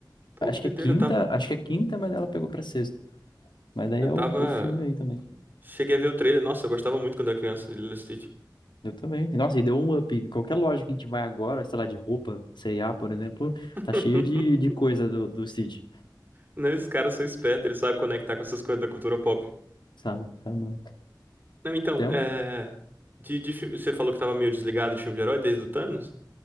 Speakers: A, on the right (about 25°); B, on the left (about 80°).
A: Pô,
B: Acho
A: que doideira,
B: que é quinta,
A: eu tava...
B: acho que é quinta, mas ela pegou pra sexta. Mas daí
A: Eu
B: é
A: tava.
B: o, o filme aí também.
A: Cheguei a ver o trailer. Nossa, eu gostava muito quando era criança de Lilo e Stitch.
B: Eu também. Nossa, e deu um up. Qualquer loja que a gente vai agora, sei lá, de roupa, C&A, por exemplo,
A: <laughs>
B: tá cheio de, de coisa do, do Stitch,
A: Né, esses caras são espertos, eles sabem conectar com essas coisas da cultura pop.
B: sabe? É, mano.
A: Não, então,
B: Até
A: é...
B: o-
A: De, de fi- você falou que tava meio desligado de filme de herói desde o Thanos.